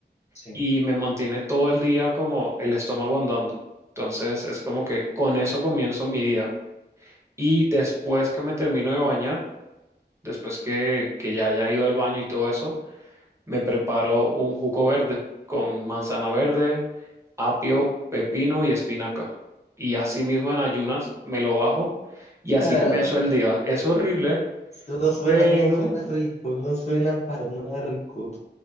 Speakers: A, on the left; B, on the right.
A: sí.
B: y me mantiene todo el día como el estómago andando. Entonces es como que con eso comienzo mi día. Y después que me termino de bañar, después que, que ya haya ido al baño y todo eso, me preparo un jugo verde con manzana verde, apio, pepino y espinaca. Y así mismo en ayunas me lo bajo y así
A: Ah,
B: comienzo el día. Es horrible.
A: Eso no suena,
B: Pero
A: no suena rico, no suena para nada rico.